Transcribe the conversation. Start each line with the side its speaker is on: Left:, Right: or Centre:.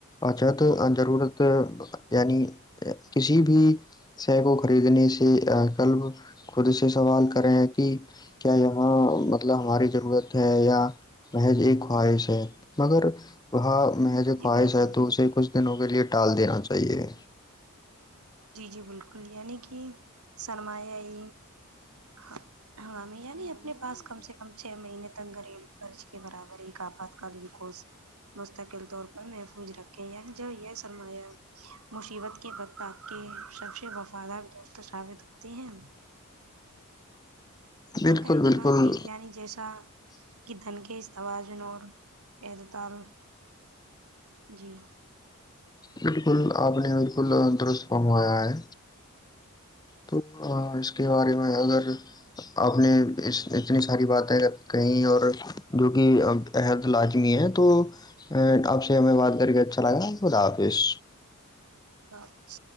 Left: اچھا تو ضرورت یعنی کسی بھی سے کو خریدنے سے کلب خود سے سوال کرے ہیں کہ کیا یہاں مطلب ہماری ضرورت ہے یا محض ایک خواہش ہے مگر وہاں م جوے
Right: جی
Left: خواہش
Right: بالکل
Left: ہے تو اسے کچھ دنوں کے لیے ٹال دینا چاہیے
Right: جی جی بالکل یعنی کہ سرمایہ ہاں ہنگامی یعنی اپنے پاس کم سے کم چھ مہینے تک گھریلو خرچ کے برابر ہی ایک آپات کالین کوس مستقل طور پر محفوظ رکھے ہیں جو یہ سرمایہ مصیبت کے وقت آپ کے سب سے وفادار دوست ثابت ہوتے ہیں
Left: بالکل
Right: اور کہیں
Left: بالکل
Right: جناب کی یعنی جیسا کہ دھن کے استوجن اور تال جی
Left: بالکل آپ نے بالکل درست منگوایا ہے تو اس کے بارے میں اگر آپ نے اتنی ساری باتیں کہیں اور جو کہ احد لازمی ہے تو آپ سے ہمیں بات کر کے اچھا لگا خدا حافظ
Right: خ